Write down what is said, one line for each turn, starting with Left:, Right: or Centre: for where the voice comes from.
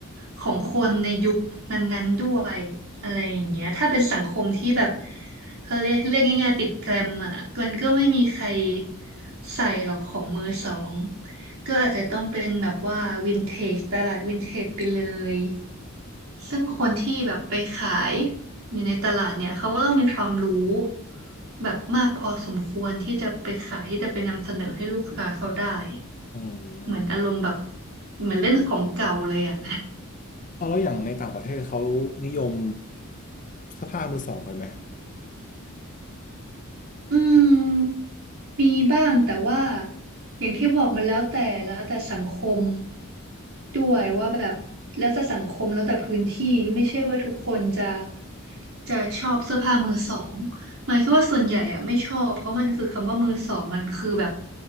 Right: ของคนในยุคนั้นๆด้วยอะไรอย่างเงี้ยถ้าเป็นสังคมที่แบบเขาเรียกเรื่องง่ายๆติดแกรมอ่ะมันก็ไม่มีใครใส่หรอกของมือสองก็อาจจะต้องเป็นแบบว่าวินเทจตลาดวินเทจไปเลย ซึ่งคนที่แบบไปขายอยู่ในตลาดเนี่ยเขาก็ต้องมีความรู้แบบมากพอสมควรที่จะไปขายที่จะไปนำเสนอให้ลูกค้าเขาได้
Left: อื
Right: เหมือนอารมณ์แบบ
Left: ม
Right: เหมือนเล่นของเก่าเลยอ่ะ
Left: เอาแล้วอย่างในต่างประเทศเขานิยมเสื้อผ้ามือสองกันไหม
Right: อืม มีบ้างแต่ว่าอย่างที่บอกมันแล้วแต่แล้วแต่สังคมด้วยว่าแบบแล้วแต่สังคมแล้วแต่พื้นที่ไม่ใช่ว่าทุกคนจะจะชอบเสื้อผ้ามือสองหมายคิดว่าส่วนใหญ่อะไม่ชอบเพราะมันคือคำว่ามือสองมันคือแบบ